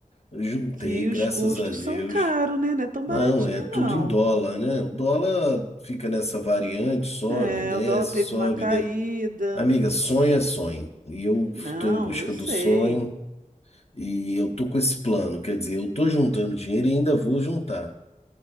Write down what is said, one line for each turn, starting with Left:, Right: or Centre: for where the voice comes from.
Left: Eu juntei,
Right: Que os
Left: graças
Right: custos
Left: a Deus.
Right: são caros, né? Não é tão
Left: Não,
Right: baratinho,
Left: é tudo
Right: não.
Left: em dólar, né? O dólar fica nessa variante, sobe,
Right: É,
Left: desce,
Right: o dólar teve
Left: sobe,
Right: uma caída.
Left: desce. Amiga, sonho é sonho. E eu
Right: Não,
Left: estou em busca
Right: eu sei.
Left: do sonho. E eu tô com esse plano, quer dizer, eu tô juntando dinheiro e ainda vou juntar.